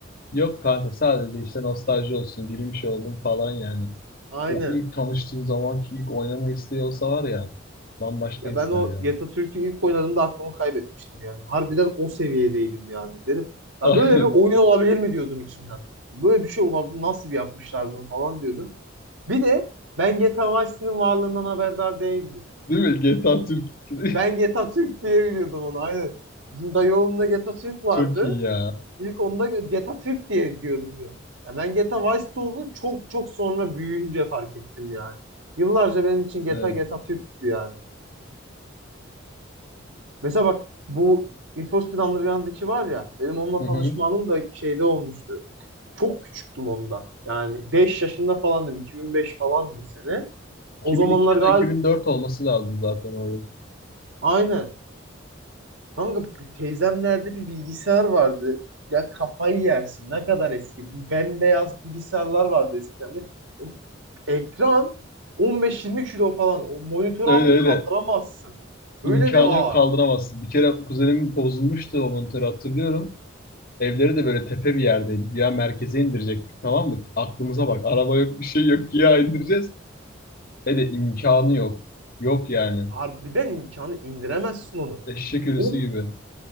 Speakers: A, on the left; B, on the right.
A: yok kanka sadece işte nostalji olsun, girmiş oldum falan yani.
B: Aynen.
A: O ilk tanıştığı zamanki ilk oynama isteği olsa var ya bambaşka
B: Ya
A: ister
B: ben o
A: ya.
B: Türk'ü ilk oynadığımda aklımı kaybetmiştim yani. Harbiden o seviyedeydim yani. Dedim ya
A: <laughs>
B: böyle bir oyun olabilir mi diyordum içimden. Böyle bir şey olabilir nasıl bir yapmışlar bunu falan diyordum. Bir de ben GTA Vice City'nin varlığından haberdar değildim.
A: Değil mi? GTA Türk <laughs>
B: Ben Geta Türk diye biliyordum onu aynen. Bizim dayı oğlunda GTA Türk vardı.
A: çok iyi ya.
B: İlk onda Geta Türk diye diyorduk. biz. Ya ben Geta Vice olduğunu çok çok sonra büyüyünce fark ettim yani. Yıllarca benim için Geta
A: Evet.
B: Geta Türk'tü yani. Mesela bak bu Need for Speed Underground'daki var ya benim onunla
A: Hı hı.
B: tanışma anım da şeyde olmuştu. Çok küçüktüm onda. Yani 5 yaşında falandım. 2005 falandı sene.
A: 2002
B: O zamanlar
A: ya
B: galiba
A: da 2004 olması lazım zaten o oyun.
B: aynen. Kanka bir teyzemlerde bir bilgisayar vardı. Ya kafayı yersin. Ne kadar eski. Bu bembeyaz bilgisayarlar vardı eskiden. Bir, o ekran 15-20 kilo falan. O monitörü
A: Öyle
B: alıp
A: öyle.
B: kaldıramazsın. Öyle
A: İmkanı
B: bir ağır.
A: yok kaldıramazsın. Bir kere kuzenimin bozulmuştu o monitörü hatırlıyorum. Evleri de böyle tepe bir yerdeydi. Ya merkeze indirecektik tamam mı? Aklımıza bak. Araba yok bir şey yok. Ya indireceğiz. Ve de imkanı yok. Yok yani.
B: Harbiden imkanı indiremezsin onu.
A: Eşek ölüsü
B: O,
A: gibi.